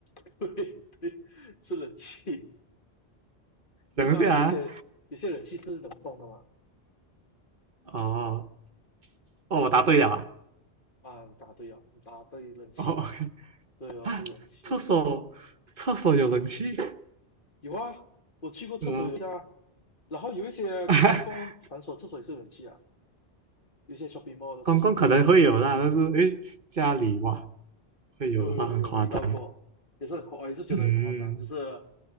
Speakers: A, on the left; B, on the right.
A: <laughs> 对对，是冷气，
B: 等一下啊，
A: 对吗？有一些有些冷气是冷风的嘛，
B: 哦哦，我答对了啊
A: 啊，你答对了，你答对冷气，
B: 哦，OK
A: 对吧？
B: 啊，
A: 是冷气，
B: 厕所厕所有冷气，
A: 有啊，我去过厕所有冷气啊，
B: 嗯，
A: 然后有一些公共场所厕所也是冷气啊，
B: <laughs>
A: 有一些 shopping mall 的厕所也是有冷气啊，
B: 公共可能会有啦，但是诶，家里哇，会有的话很夸张。
A: 有有有，我遇到过，也是很夸，我也是觉得很夸张，
B: 嗯
A: 就是